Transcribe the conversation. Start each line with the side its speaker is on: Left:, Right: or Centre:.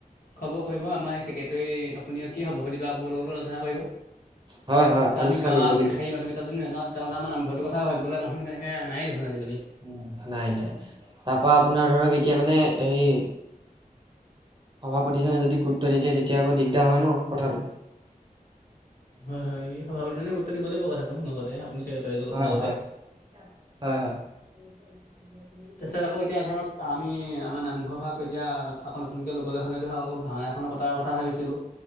Left: খ'বৰ কৰিব আমাৰ ছেক্ৰেটৰী আপুনি কি হ'ব লগটো আলোচনা কৰিব।
Right: হয় হয় আলোচনা
Left: আমি গাঁৱৰ
Right: কৰিব
Left: আগ
Right: লাগিব
Left: শাৰীৰ মানুহ কেইটা যদি নাযাও। তেতিয়াহ'লে আমাৰ নামঘৰটোৰ কথা ভাবিবলৈ মানুহ তেনেকে নাই দেখোন আজিকালি।
Right: উম, নাই নাই তাৰ পৰা আপোনাৰ ধৰক এতিয়া মানে হেই। সভাপতিজনে যদি গুৰুত্ব নিদিয়ে তেতিয়া আকৌ দিগদাৰ হয়, ন' কথাটো।
Left: হয়, হয়, এই সভাপতিজনে গুৰুত্ব দিব লাগিব কথাটো লগতে আপুনি চেক্ৰেটাৰী
Right: হয়
Left: লগতে।
Right: হয় হয়, হয়। <inaudible>
Left: তাৰপিছত আকৌ এতিয়া ধৰক আমি আমাৰ নামঘৰ ভাগ এতিয়া আকৌ নতুনকে ল'বলৈ হ'লে ধৰক আকৌ ভাওনা। পতাৰ কথা ভাবিছিলোঁ